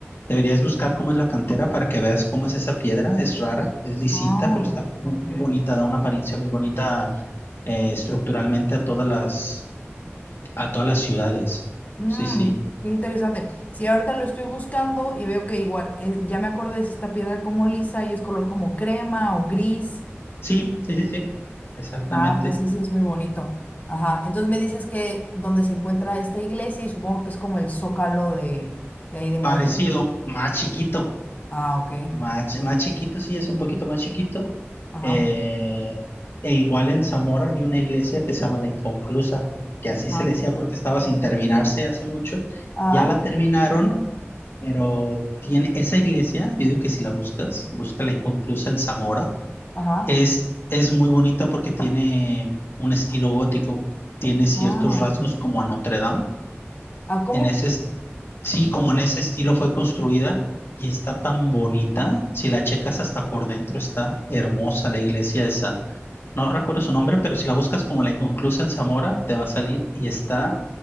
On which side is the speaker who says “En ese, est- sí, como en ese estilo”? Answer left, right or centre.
Left